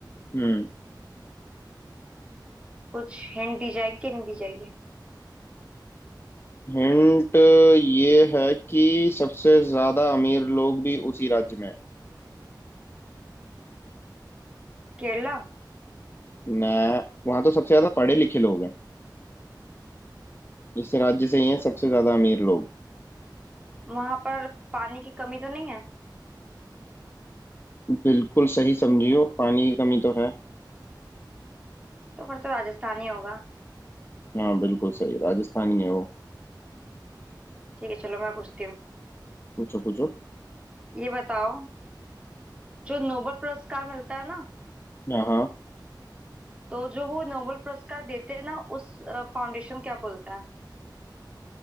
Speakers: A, on the left (about 30°); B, on the right (about 15°).
A: हम्म
B: कुछ हिंट दी जाएगी कि नहीं दी जाएगी
A: हिंट ये है कि सबसे ज्यादा अमीर लोग भी उसी राज्य में हैं।
B: केरला
A: ना वहां तो सबसे ज्यादा पढ़े लिखे लोग हैं इस राज्य से ही हैं सबसे ज्यादा अमीर लोग
B: वहां पर पानी की कमी तो नहीं है
A: बिल्कुल सही समझियो पानी की कमी तो है
B: तो फिर तो राजस्थान ही होगा
A: हाँ बिल्कुल सही राजस्थान ही है वो
B: ठीक है चलो मैं पूछती हूँ
A: पूछो पूछो
B: ये बताओ जो नोबेल पुरस्कार मिलता है ना
A: हाँ हाँ
B: तो जो वो नोबेल पुरस्कार देते हैं ना उस फाउंडेशन क्या बोलता है